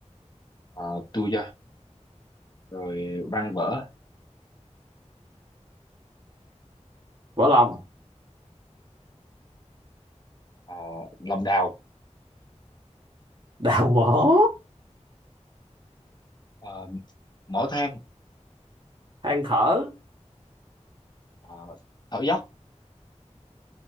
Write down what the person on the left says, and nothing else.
à, Tôi ra Rồi văn vở
à, Lòng đào
à, Mỏ than
à, Thở dốc